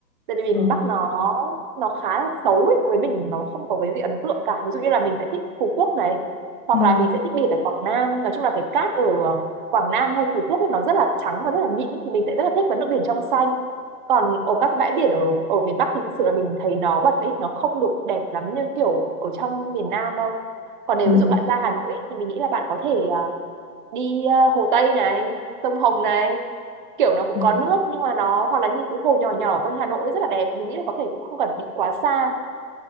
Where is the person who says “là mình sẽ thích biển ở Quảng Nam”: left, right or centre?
Right